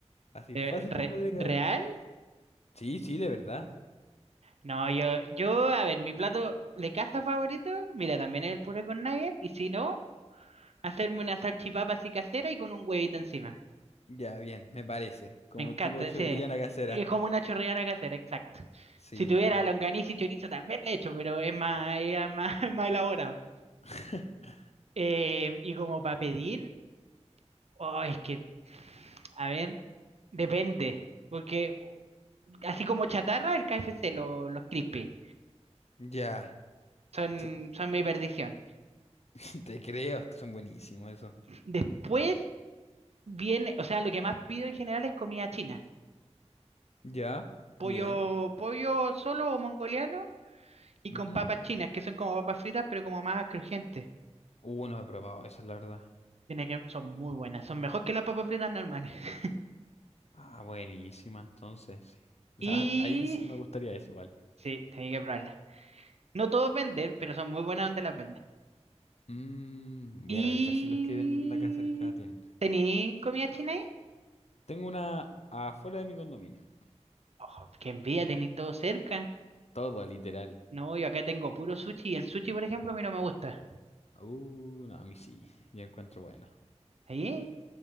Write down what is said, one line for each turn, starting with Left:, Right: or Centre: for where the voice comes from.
Left: Así
Right: Eh,
Left: fácil
Right: re-
Left: yo podría cada
Right: ¿real?
Left: dos días. Sí, sí, de verdad.
Right: No, yo, yo, a ver, mi plato de casa favorito, mira, también es el puré con nugget, y si no, Hacerme una salchipapa así casera y con un huevito encima.
Left: Ya, bien, me parece. Como
Right: Me encanta,
Left: tipo chorrillana
Right: ese.
Left: casera.
Right: Es como una chorreana casera, exacto.
Left: Sí,
Right: Si tuviera
Left: bueno.
Right: longaniza y chorizo, tal vez le echo, pero es más, es más, <laughs> es más elaborado.
Left: <laughs>
Right: Eh, y como para pedir, oh, es que, a ver, depende. Porque así como chatarra, el KFC, lo- los crispy,
Left: Ya,
Right: son,
Left: sí.
Right: son mi perdición.
Left: <laughs> Te creo, es que son buenísimos eso.
Right: Después viene, o sea, lo que más pido en general es comida china.
Left: Ya,
Right: Pollo,
Left: bien.
Right: pollo solo o mongoliano Y
Left: Ujú.
Right: con papas chinas, que son como papas fritas, pero como más crujientes.
Left: Uh, no he probado eso, la verdad.
Right: Tiene que, son muy buenas, son mejor que las papas fritas normales. <laughs>
Left: Ah, buenísima, entonces, sí. O
Right: Y
Left: sea, <laughs> ahí sí me gustaría eso igual.
Right: sí, tenía que probarlas. No todos venden, pero son muy buenas donde las venden.
Left: Mm,
Right: Y
Left: voy a revisar si los que venden de acá cerca tienen.
Right: ¿Tení comida china ahí?
Left: Tengo una afuera de mi condominio.
Right: Oh, qué envidia, tení todo cerca.
Left: Todo, literal.
Right: No, yo acá tengo puro sushi y el sushi, por ejemplo, a mí no me gusta.
Left: Uh, no, a mí sí. Yo encuentro buena.
Right: sí